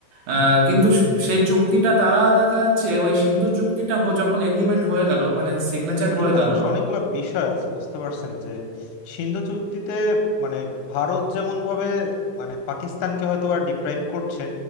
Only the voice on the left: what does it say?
এইখানে
অবশ্য অনেকগুলো বিষয় আছে বুঝতে পারছেন যে সিন্ধু চুক্তিতে মানে ভারত যেমন ভাবে মানে পাকিস্তানকে হয়তো বা ডিপ্রাইভ করছে